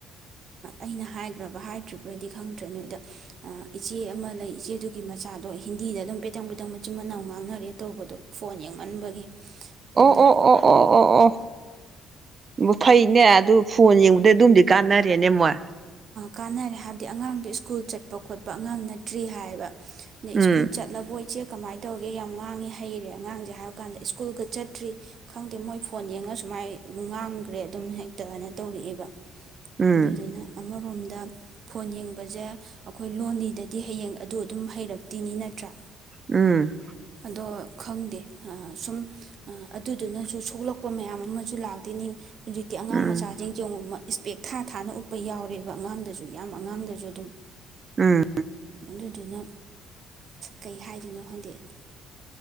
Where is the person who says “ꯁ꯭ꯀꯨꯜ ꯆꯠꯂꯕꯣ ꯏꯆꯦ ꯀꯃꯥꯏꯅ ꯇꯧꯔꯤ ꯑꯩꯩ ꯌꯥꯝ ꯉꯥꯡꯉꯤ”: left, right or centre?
Right